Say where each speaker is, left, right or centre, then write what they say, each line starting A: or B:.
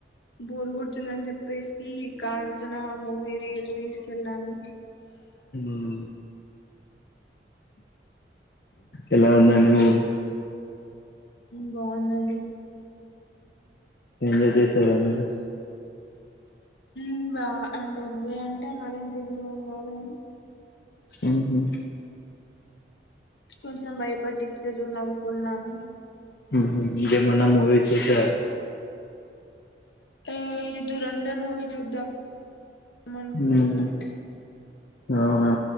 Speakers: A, on the left; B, on the left.
A: బోరు కొడుతుందని చెప్పే ఈ కాంచన మూవీ రీ రిలీజ్కెళ్ళాము
B: ఉమ్, ఎలా <unintelligible>
A: బాగుందండి
B: ఎంజాయ్ చేసార మీరు
A: మ్ బా అంటే ఎంజాయ్ అంటే మరి అంత ఎంజాయ్ ఏం కాదండి
B: ఉమ్ హు
A: కొంచెం భయపట్టించిరు నవ్వుకున్నాము
B: ఇంకేం ఇంకేమన మూవీ చూసారా
A: అ దూరందర్ మూవీ జద్దమ్ మనుకుంటున్నం
B: ఉమ్, అవునా